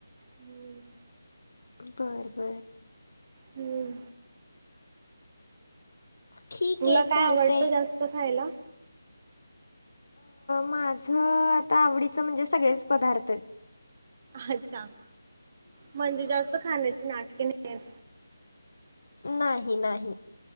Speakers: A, on the right; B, on the left.
A: हम्म.
B: बरं बरं.
A: हम्म.
B: ठीक
A: तुला
B: आहे
A: काय
B: चालतय.
A: आवडतं जास्त खायला?
B: माझं आता आवडीचं म्हणजे सगळेच पदार्थ आहेत.
A: अच्छा म्हणजे जास्त खाण्याची नाटके नाही आहेत.
B: नाही नाही.